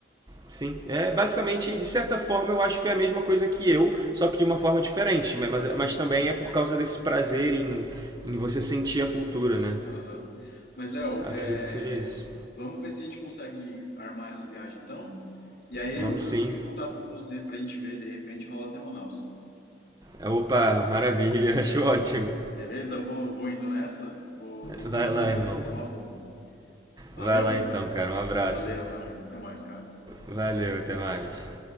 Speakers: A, on the right (about 20°); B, on the left (about 60°).
A: Sim, é basicamente,
B: aham,
A: de certa forma, eu acho que é a mesma coisa que eu, só que de uma forma diferente. Mas,
B: aham.
A: mas também é por causa desse prazer em, em você sentir a cultura, né?
B: Aham. Mas, Léo,
A: Acredito
B: é,
A: que seja isso.
B: vamos ver se a gente consegue armar essa viagem, então. E aí
A: Vamos
B: eu,
A: sim.
B: eu fico em contato com você para a gente ver, de repente rola até Manaus.
A: Opa, maravilha,
B: Ah,
A: <laughs> acho ótimo.
B: beleza? Vou, vou indo nessa, vou, vou
A: Vai
B: comer alguma
A: lá,
B: coisa
A: irmão.
B: aqui, deu uma fome. Valeu?
A: Vai lá então, cara. Um abraço.
B: Valeu, Leonardo. Até mais, cara.
A: Valeu, até mais.